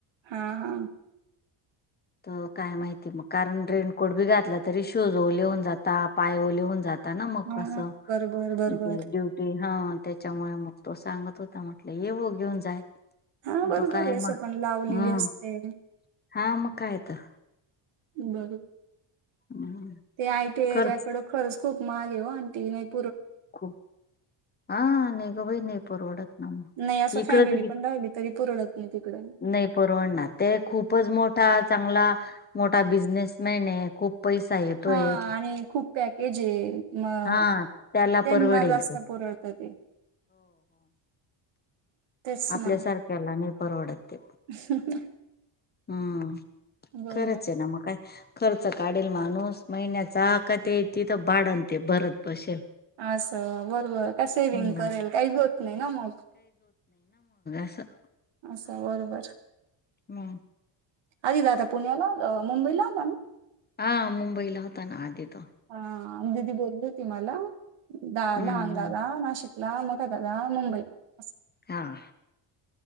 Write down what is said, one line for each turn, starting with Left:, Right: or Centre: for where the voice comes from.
Right: हां हां
Left: अं काय माहिती मग, कारण रेनकोट बी घातला तरी शूज ओले होऊन जाता, पाय ओले होऊन जात. हां ना मग
Right: हा
Left: कसं,
Right: बरोबर बरोबर
Left: ते ड्युटी हां त्याच्यामुळे मग तो सांगत होता म्हटलं, ये हो घेऊन जाय
Right: हां बरोबर
Left: तो काय
Right: आहे,
Left: मग
Right: सकाळी लावलेली
Left: हम्म
Right: असते.
Left: हा मग काय तर
Right: बरोबर,
Left: हम्म,
Right: ते आयटी
Left: खर्च
Right: एरीयाकडं खरंच खूप माल येवो आणती येत.
Left: खूप, हां नाही ग बाई, नाही परवडत.
Right: नाही असं
Left: इकडचं
Right: फॅमिली
Left: बी
Right: पण राहिली तरी पुरडत नाही तिकडे
Left: नाही परवडणार ते खूपच मोठा चांगला मोठा बिझनेसमॅन आहे. खूप पैसा येतोय
Right: हां आणि खूप पॅकेज आहे. मग
Left: हा त्याला
Right: त्यांना
Left: परवडेल
Right: जास्त
Left: ते
Right: परवडत ते. तेच
Left: आपल्या
Right: ना
Left: सारख्याला नाही परवडत. ते
Right: <unintelligible>
Left: हम्म
Right: बरोबर
Left: खरंच आहे ना, मग काय? खर्च काढेल माणूस महिन्याचा, का ते तिथं पाडन ते परत पैशे
Right: असं बरोबर, काय सेविंग
Left: जात
Right: करेल? काहीच होत नाही ना मग.
Left: अस <inaudible>
Right: असं बरोबर
Left: हम्म
Right: आधी दादा पुण्याला अं मुंबईला होता ना?
Left: हां मुंबईला होता ना आधी तो.
Right: हा दिदी बोलली होती मला, दा
Left: हम्म
Right: लहान
Left: हम्म.
Right: दादा नाशिक ला मोठा दादा मुंबईला असं
Left: हां